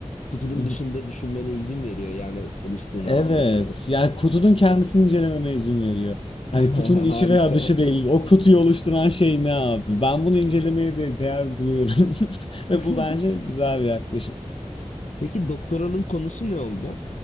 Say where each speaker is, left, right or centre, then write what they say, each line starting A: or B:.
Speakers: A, on the left; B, on the left.
A: kutunun
B: <laughs>
A: dışında düşünmene izin veriyor yani çalıştığın
B: evet
A: alanda sanırım.
B: yani kutunun kendisini incelememe izin veriyor.
A: <laughs>
B: Hani kutunun içi
A: Harika.
B: veya dışı değil. O kutuyu oluşturan şey ne abi? Ben bunu incelemeye de değer buluyorum. <laughs> Ve
A: <laughs>
B: bu bence güzel bir yaklaşım.
A: Peki doktoranın konusu ne olacak?